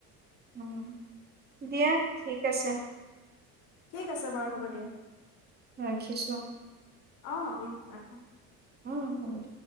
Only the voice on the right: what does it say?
অ', দিয়া ঠিক আছে।
ৰাখিছোঁ।
অ', হ'ব।